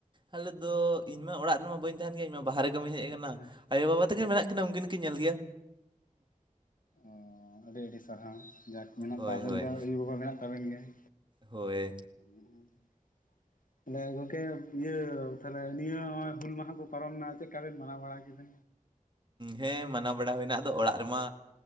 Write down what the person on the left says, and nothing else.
ᱦᱮᱸ
ᱚᱻ ᱟᱹᱰᱤ ᱟᱹᱰᱤ ᱥᱟᱨᱦᱟᱣ ᱡᱟᱠ ᱢᱮᱱᱟᱜ
ᱛ <unintelligible> ᱟᱵᱮᱱ
ᱫᱚ ᱟᱭᱳᱼ ᱵᱟᱵᱟ ᱢᱮᱱᱟᱜ ᱛᱟᱵᱮᱱ ᱜᱮᱭᱟ᱾ ᱦ
<inaudible> ᱛᱟᱦᱚᱞᱮ ᱜᱚᱝᱠᱮ ᱤᱭᱟᱹ ᱛᱟᱦᱞᱮ ᱱᱤᱭᱟᱹ ᱱᱚᱜᱼᱚᱭ ᱦᱩᱞ ᱢᱟᱦᱟ ᱠᱚ ᱯᱟᱨᱚᱢᱮᱱᱟ ᱪᱮᱫᱠᱟ ᱵᱮᱱ ᱢᱟᱱᱟᱣ ᱵᱟᱲᱟ ᱠᱤᱫᱟ?